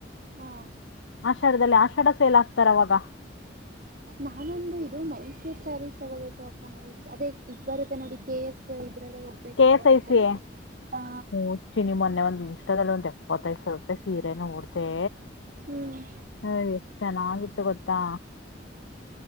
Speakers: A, on the right; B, on the left.
A: ಹಾ
B: ಆಷಾಢದಲ್ಲಿ ಆಷಾಢ ಸೇಲ್ ಆಗ್ತಾರ ಅವಾಗ
A: ನಾನೊಂದು ಇದು ಮೈಸೂರ್ ಸ್ಯಾರೀಸ್ ತಗೋಬೇಕು ಅಕ್ಕ ಮೈಸೂರ್ ಅದೇ ಇದು ಬರುತ್ತೆ ನೋಡಿ ಕೆ ಎಸ್ ಇದ್ರಲ್ಲೇ ಹೋಗ್ಬೇಕು
B: ಕೇ
A: ತಗೋಬೇಕು
B: ಐ ಸಿ
A: ಹಾ
B: ಹೂ ಚಿನ್ನಿ ಮೊನ್ನೆ ಒಂದ್ ಇಷ್ಟದಲ್ಲಿ ಒಂದ್ ಎಪ್ಪತ್ತೈದು ಸಾವಿರ ರೂಪಾಯಿ ಸೀರೆ ನೊ ಡ್ತೆೇ
A: ಹ್ಮ್
B: ಹ ಎಷ್ಟ್ ಚೆನ್ನಾಗಿತ್ತು ಗೊತ್ತಾ